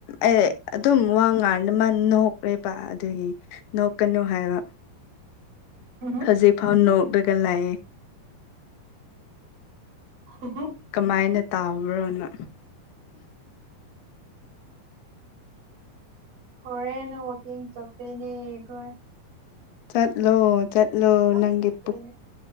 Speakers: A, on the left; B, on the right.
A: ꯑꯩ ꯑꯗꯨꯝ ꯋꯥ ꯉꯥꯡ ꯃꯥ ꯅꯍꯣꯛꯂꯦꯕ ꯑꯗꯨꯒꯤ ꯅꯣꯀꯅꯣ ꯍꯥꯏꯕ
B: ꯎꯝ ꯍꯝ
A: ꯍꯧꯖꯤꯛ ꯐꯥꯎ ꯅꯣꯛꯂꯒ ꯂꯥꯛꯑꯦ
B: ꯍꯣ
A: ꯀꯃꯥꯏꯅ ꯇꯥꯎꯕ꯭ꯔꯣꯅꯣ
B: ꯐꯔꯦꯅ ꯋꯥꯀꯤꯡ ꯆꯇꯅꯤꯈꯣꯏ
A: ꯆꯠꯂꯣ ꯆꯠꯂꯣ
B: ꯄꯨꯂꯞ
A: ꯅꯪꯒꯤ
B: ꯆꯠꯇꯣꯏꯅꯦ
A: ꯄꯨ